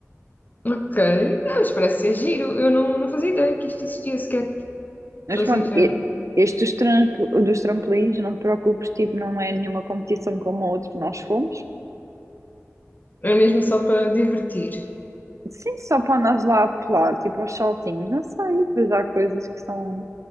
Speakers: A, on the left (about 35°); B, on the right (about 70°).
A: Ok. Não, mas parece ser giro. Eu não, não fazia ideia que isto existia sequer.
B: Mas
A: Sou
B: pronto,
A: sincera.
B: e- este dos, trampl- dos trampolins, não te preocupes, tipo, não é nenhuma competição como a outra que nós fomos.
A: É mesmo só para divertir.
B: Sim, só para andares lá a pular, tipo, aos saltinhos, não sei, pois há coisas que são,